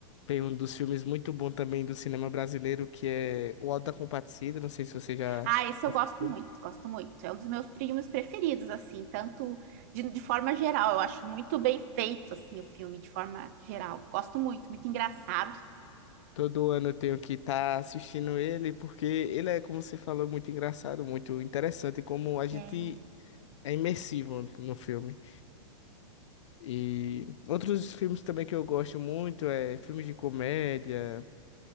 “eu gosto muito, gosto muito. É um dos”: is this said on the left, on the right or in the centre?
Right